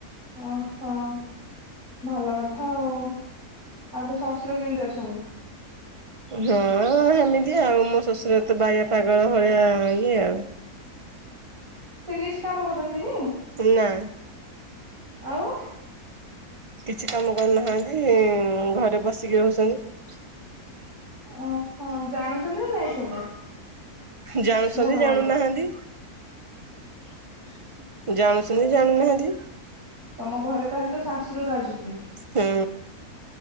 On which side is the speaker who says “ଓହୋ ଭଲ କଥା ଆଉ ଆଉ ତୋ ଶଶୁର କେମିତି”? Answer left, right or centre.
Right